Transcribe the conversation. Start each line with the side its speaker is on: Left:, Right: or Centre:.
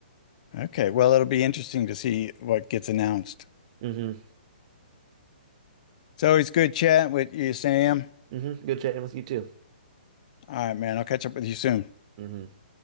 Left: Okay. Well, it'll be interesting to see what gets announced.
Right: hmm
Left: It's always good chatting with you, Sam.
Right: hmm Good chatting with you too.
Left: All right, man. I'll catch up with you soon.
Right: hmm